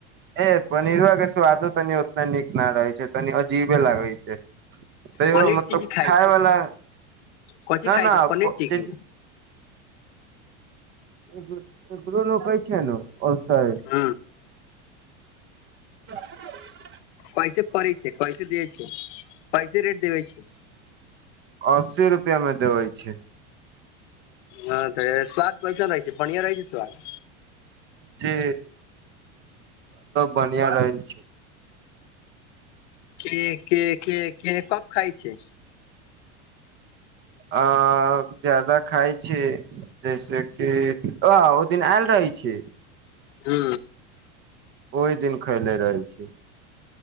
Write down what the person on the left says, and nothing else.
पनीर
टिकी खाइ
छै
कथी
खाइ
छै पनीर
टिकी
ह
कैसे पड़ै छै कैसे दै छै कैसे रेट देबै छै
हँ तऽ स्वाद कैसन रहै छै बढ़िया रहै छै स्वाद
के के के के कब खाय छै
हू